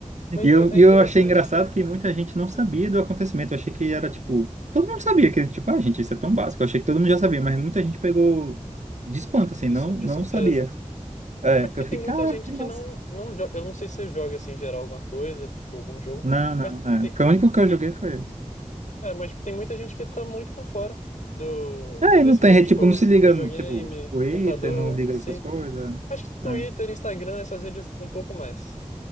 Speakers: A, on the right (about 70°); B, on the left (about 85°).
A: E
B: Mas
A: eu,
B: é, é
A: e
B: interessante,
A: eu achei engraçado que muita gente não sabia do acontecimento. Eu achei que era tipo. Todo mundo sabia que, tipo, ah, gente, isso é tão básico. Eu achei que todo mundo já sabia, mas muita gente pegou de espanto, assim,
B: de,
A: não,
B: sur- de
A: não
B: surpresa.
A: sabia. É,
B: É porque
A: eu fiquei,
B: tem muita
A: caraca,
B: gente
A: que
B: que
A: massa.
B: não, não joga, eu não sei se você joga, assim, em geral, alguma coisa, tipo, algum jogo,
A: Não, não,
B: mas
A: é.
B: tem,
A: Foi o único que eu joguei foi esse.
B: é, mas tem muita gente que tá muito por fora do,
A: É,
B: desse
A: e não tem,
B: mundo,
A: re-
B: tipo,
A: tipo, não se liga,
B: videogame,
A: no, tipo, Twitter,
B: computador,
A: não liga
B: sim.
A: essas coisas.
B: Acho que Twitter,
A: É,
B: Instagram, essas redes um pouco mais.